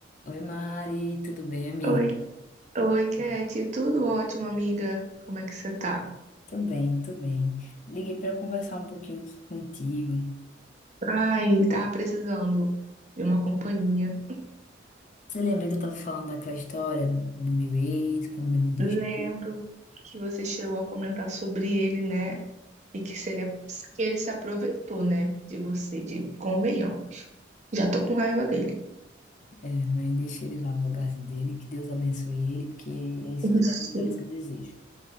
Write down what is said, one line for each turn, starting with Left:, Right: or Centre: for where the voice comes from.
Left: Oi, Mari, tudo bem, amiga?
Right: Oi, oi, Kate. Tudo ótimo, amiga? Como é que você tá?
Left: Tô bem, tô bem. Liguei pra conversar um pouquinho contigo.
Right: Ai, tava precisando de uma companhia.
Left: Você lembra que eu tava falando daquela história do meu ex, quando ele me deixou?
Right: Lembro que você chegou a comentar sobre ele, né? E que se ele, que ele se aproveitou, né? De você, de convenhamos. Já tô com raiva dele.
Left: É, é, mas deixei ele lá no lugarzinho dele, que Deus abençoe ele, porque é isso que
Right: Isso.
Left: eu, é isso que eu desejo.